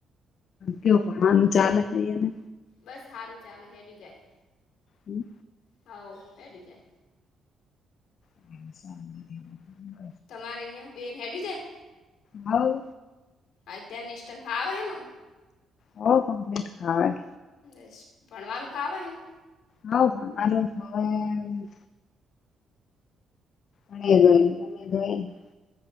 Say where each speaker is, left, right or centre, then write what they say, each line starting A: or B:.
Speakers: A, on the left; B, on the left.
A: કેવું ભણવાનું ચાલે હૈ, એને
B: બસ સારું ચાલે હેડું જાય
A: હમ
B: હઉ એટું જાય
A: <unintelligible>
B: તમારે અહિયાં બેનેડ જાય
A: હવ
B: અધ્યાન નિષ્ટન ભાવે એનો
A: હો કમ્પ્લીટ ખાવ
B: એ ભણવાનું ફાવેને
A: હા પણ મા હવે ભણી ગયને ભણી ગય